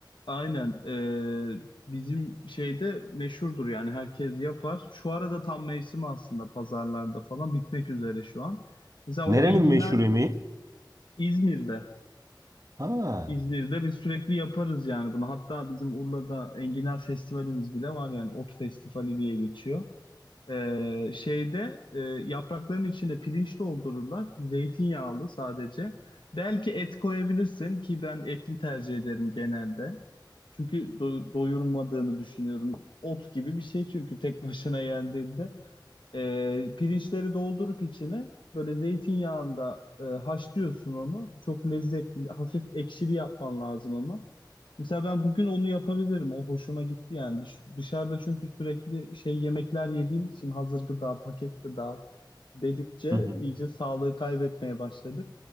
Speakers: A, on the left (about 80°); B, on the right (about 45°).
A: aynen e, bizim şeyde meşhurdur yani herkes yapar. Şu arada tam mevsimi aslında pazarlarda falan bitmek üzere şu an. Mesela
B: Nerenin
A: o enginar
B: meşhur yemeği?
A: İzmir'de.
B: Ha.
A: İzmir'de biz sürekli yaparız yani bunu. Hatta bizim Urla'da enginar festivalimiz bile var yani ot festivali diye geçiyor. Ee, şeyde e, yaprakların içine pirinç doldururlar. Zeytinyağlı sadece. Belki et koyabilirsin ki ben etli tercih ederim genelde. Çünkü do- doyurmadığını düşünüyorum. Ot gibi bir şey çünkü tek başına yendiğinde. Ee, pirinçleri doldurup içine böyle zeytinyağında e, haşlıyorsun onu. Çok lezzetli, hafif ekşili yapman lazım ama. Mesela ben bugün onu yapabilirim. O hoşuma gitti yani. Dış- Dışarıda çünkü sürekli şey yemekler yediğim için hazır gıda, paket gıda dedikçe
B: Hı hı.
A: iyice sağlığı kaybetmeye başladık.